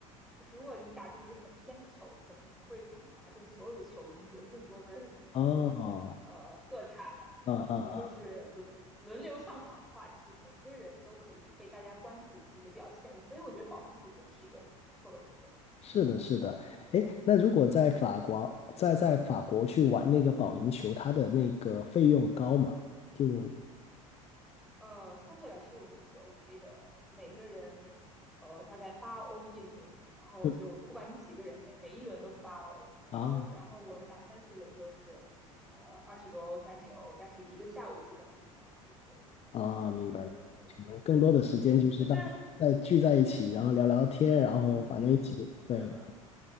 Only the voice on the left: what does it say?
哦，
嗯嗯
是的，是的，哎，那如果在法国，在在法国去玩那个保龄球，它的那个费用高嘛？就
嗯，
啊
啊，明白，
可能更多的时间就是大在聚在一起，
然后聊聊天，然后反正一起，
对，